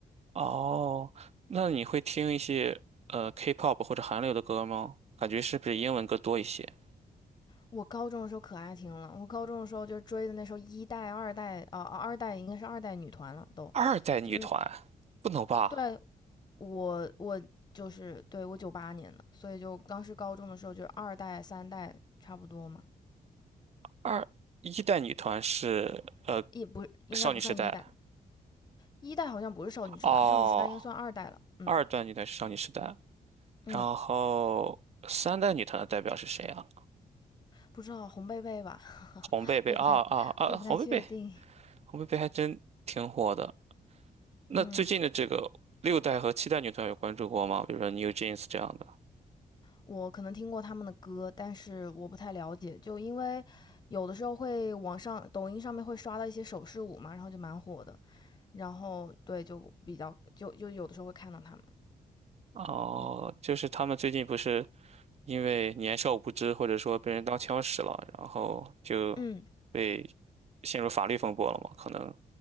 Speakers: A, on the right; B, on the left.
A: 哦，那你会听一些呃 K-pop 或者韩流的歌吗？感觉是不是英文歌多一些？
B: 我高中的时候可爱听了，我高中的时候就追的那时候一代、二代啊、呃二代应该是二代女团了，都
A: 二代女团
B: 就
A: 不能吧？
B: 对我我就是对我九八年的，所以就当时高中的时候就是二代、三代差不多嘛，
A: 二一代女团是呃
B: 也不应该不算一代。
A: 少女时代
B: 一代好像不是少女时代，
A: 哦，
B: 少女时代应该算二代了。嗯
A: 二代女团是少女时代，
B: 嗯，
A: 然后三代女团的代表是谁啊？
B: 不知道红贝贝吧，
A: 红贝贝啊啊啊！
B: <laughs> 我也不太，我也不太确定。
A: 红贝贝，红贝贝还真挺火的。那最近的这个六代和七代女团有关注过吗？
B: 嗯，
A: 比如说 NewJeans 这样的。
B: 我可能听过他们的歌，但是我不太了解，就因为有的时候会网上抖音上面会刷到一些手势舞嘛，然后就蛮火的，然后对就比较就就有的时候会看到他们。
A: 哦，
B: 嗯
A: 就是他们最近不是因为年少无知，或者说被人当枪使了，然后就
B: 嗯
A: 被陷入法律风波了嘛？可能